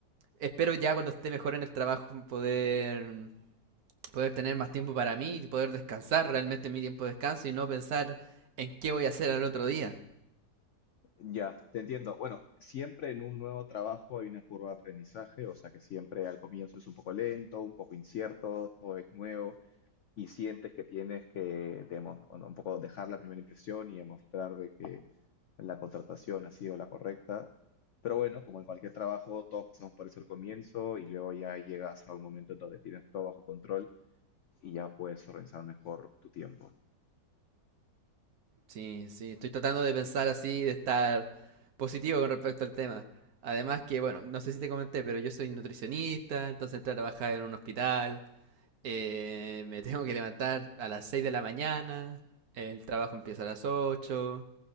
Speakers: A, on the right; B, on the left.
A: espero ya cuando esté mejor en el trabajo poder, poder tener más tiempo para mí y poder descansar realmente mi tiempo de descanso y no pensar en qué voy a hacer al otro día.
B: Ya, te entiendo. Bueno, siempre en un nuevo trabajo hay una curva de aprendizaje, o sea que siempre al comienzo es un poco lento, un poco incierto, todo es nuevo y sientes que tienes que demo- o no, un poco dejar la primera impresión y demostrar de que la contratación ha sido la correcta. Pero bueno, como en cualquier trabajo, todos pasamos por eso al comienzo y luego ya llegas a un momento en donde tienes todo bajo control y ya puedes organizar mejor tu tiempo.
A: Sí, sí, estoy tratando de pensar así, de estar positivo con respecto al tema. Además que, bueno, no sé si te comenté, pero yo soy nutricionista, entonces entré a trabajar en un hospital, eh, me tengo que levantar a las 6 de la mañana, el trabajo empieza a las ocho